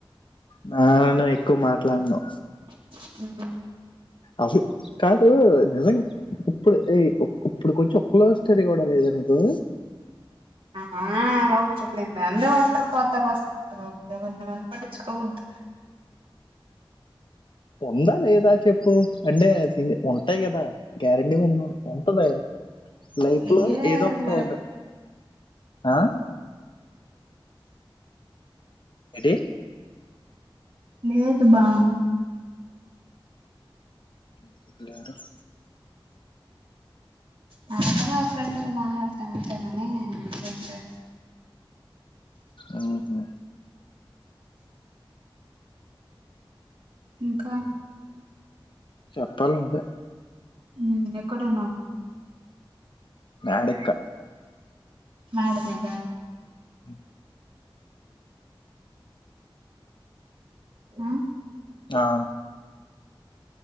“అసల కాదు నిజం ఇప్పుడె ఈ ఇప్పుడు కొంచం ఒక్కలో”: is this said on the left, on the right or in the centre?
Left